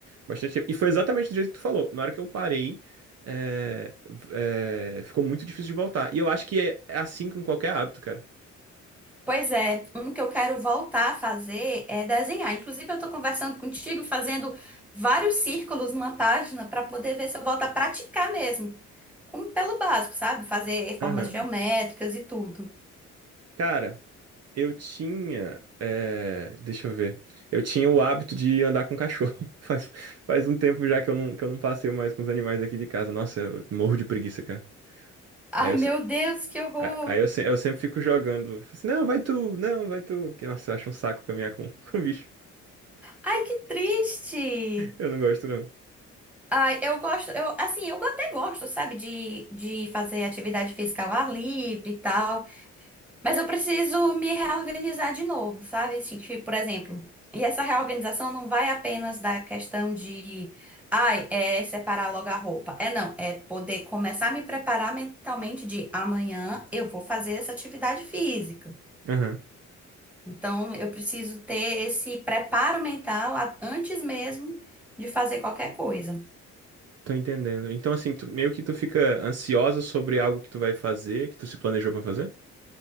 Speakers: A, on the right (about 55°); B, in the centre.
A: bastante tempo. E foi exatamente do jeito que tu falou. Na hora que eu parei é, é, ficou muito difícil de voltar. E eu acho que é é assim com qualquer hábito, cara.
B: Pois é, um que eu quero voltar a fazer é desenhar. Inclusive, eu tô conversando contigo, fazendo vários círculos numa página para poder ver se eu volto a praticar mesmo. Como pelo básico, sabe? Fazer formas
A: Aham.
B: geométricas e tudo.
A: Cara, eu tinha. é, deixa eu ver. Eu tinha o hábito de andar com cachorro. <laughs> Faz, faz um tempo já que eu não, que eu não passeio mais com os animais daqui de casa. Nossa, eu morro de preguiça, cara.
B: Ai,
A: Aí eu,
B: meu
A: se-
B: Deus, que horror!
A: a- aí eu, se- eu sempre fico jogando. Falo assim, não, vai tu, não, vai tu. Porque, nossa, eu acho um saco caminhar com, <laughs> com bicho.
B: Ai, que triste!
A: Eu não gosto, não.
B: Ai, eu gosto, eu, assim, eu até gosto, sabe, de, de fazer atividade física ao ar livre e tal, mas eu preciso me reorganizar de novo, sabe? Assim, Tipo, por exemplo, e essa reorganização não vai apenas da questão de, ai, é separar logo a roupa. É não, é poder começar a me preparar mentalmente de amanhã eu vou fazer essa atividade física.
A: Aham.
B: Então, eu preciso ter esse preparo mental a- antes mesmo de fazer qualquer coisa.
A: Tô entendendo. Então, assim, tu- meio que tu fica ansiosa sobre algo que tu vai fazer, que tu se planejou pra fazer?